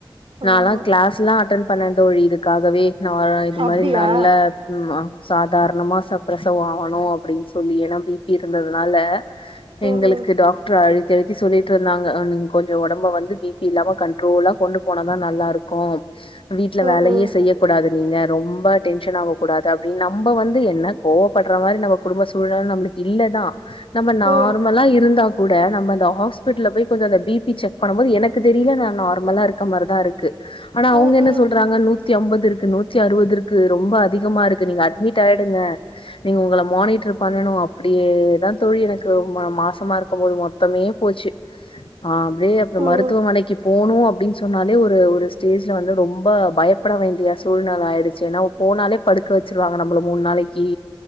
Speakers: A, on the left; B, on the right.
A: நாலா
B: ஆமா
A: கிளாஸ்லா அட்டென் பண்ணே தோழி இதுக்காகவே நாலா இது
B: அப்டியா
A: மாரி நல்ல ம் அ சாதாரணமா ச பிரசவம் ஆவணு அப்டின் சொல்லி ஏனா பி பி இருந்ததுனால எங்களுக்கு
B: ம் ம்
A: டாக்டர் அழி த்தி அழித்தி சொல்லிட்டு இருந்தாங்க ம் கொஞ்சோ உடம்ப வந்து பி பி இல்லாம கண்ட்ரோலா கொண்டு போனதா நல்லா இருக்கு வீட்ல
B: ம்
A: வேலையே
B: ம்
A: செய்ய கூடாது நீங்க ரொம்ப டென்ஷன் ஆவக்க கூடாது அப்டின் நம்ப வந்து என்ன கோவப்படுற மாரி நம்ம குடும்ப சூழல் நிலை நம்பளுக் இல்லதா நம்ப நார்மலா
B: ம்
A: இருந்தா கூட நம்ப அந்த ஹாஸ்பிடல்ல போய் கொஞ்சோ அந்த பிபி செக் பண்ணும்போது எனக்கு தெரியல நா நார்மலா இருக்க மாரிதா இருக்கு ஆனா அவங்க
B: ம்
A: என்ன
B: ம்
A: சொல்றாங்க நூ த்தி அம்பதுஇருக்கு நூத்தி அறுபது இருக்கு ரொம்ப அதிகமா இருக்கு நீங்க அட்மிட் டாயிடுங்க நீங்க உங்களை மானிட்டர் பண்ணனு அப்டியேதா தோழி எனக்கு ம மாசமா இருக்கும்போது மொத்தமே போச்சு ஆ அப்டியே அப்றோ மருத்துவமனைக்கு
B: ம்
A: போணு அப்டின்னு சொன்னாலே ஒரு ஒரு ஸ்டேஜ்ல வந்து ரொம்ப பயப்பட வேண்டிய சூழ்நில ஆயிடுச்சு ஏனாவ் போனாலே படுக்க வச்சுருவாங்க நம்பள மூணு நாளைக்கி